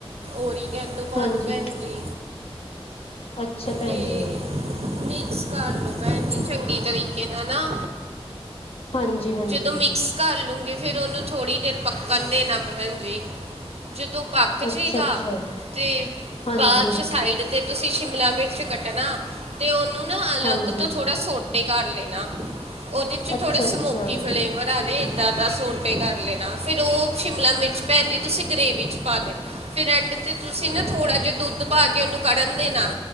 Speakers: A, on the right; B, on the left.
A: ਔਰੀਗੇਨੋ ਪਾ
B: ਹਾਂਜੀ,
A: ਦਿਓ ਭੈਣ ਜੀ।
B: ਅੱਛਾ, ਭੈਣ
A: ਤੇ
B: ਜੀ।
A: ਮਿਕਸ ਕਰ ਲਵੋ ਭੈਣ ਜੀ, ਚੰਗੀ ਤਰੀਕੇ ਨਾਲ ਨਾ
B: ਹਾਂਜੀ-ਹਾਂਜੀ।
A: ਜਦੋਂ ਕਰ ਲੂੰਗੀ ਫਿਰ ਉਹਨੂੰ ਥੋੜੀ ਦੇਰ ਪੱਕਣ ਦੇਣਾ ਪੈਣ ਜੀ, ਜਦੋਂ ਕ ਜੇਗਾ
B: ਅੱਛਾ-ਅੱਛਾ,
A: ਆ, ਤੇ
B: ਹਾਂਜੀ,
A: ਬਾਅਦ 'ਚ ਸਾਈਡ ਤੇ ਤੁਸੀਂ ਸ਼ਿਮਲਾ ਮਿਰਚ ਕੱਟਣਾ, ਤੇ ਉਹਨੂੰ ਨਾ ਅਲੱਗ
B: ਹਾਂਜੀ,
A: ਤੋਂ ਥੋੜਾ ਸੋਟੇ ਕਰ ਲੈਣਾ, ਉਹਦੇ 'ਚ
B: ਅੱਛਾ-ਅੱਛਾ
A: ਥੋੜੇ ਸਮੋਕੀ ਫਲੇਵਰ ਆ ਦੇ ਇੱਦਾਂ ਦਾ ਸਟੇ ਕਰ ਲੈਣਾ, ਫੇਰ ਉਹ ਸ਼ਿਮਲਾ ਮਿਰਚ ਭੈਣ ਜੀ ਤੁਸੀਂ ਗਰੇਵੀ 'ਚ ਪਾ ਦੇਣਾ। ਫਿਰ ਐਡ 'ਤੇ ਤੁਸੀਂ ਨਾ ਥੋੜ੍ਹਾ ਜਿਹਾ ਦੁੱਧ ਪਾ ਕੇ, ਉਹਨੂੰ ਕੱੜਣ ਦੇਣਾ।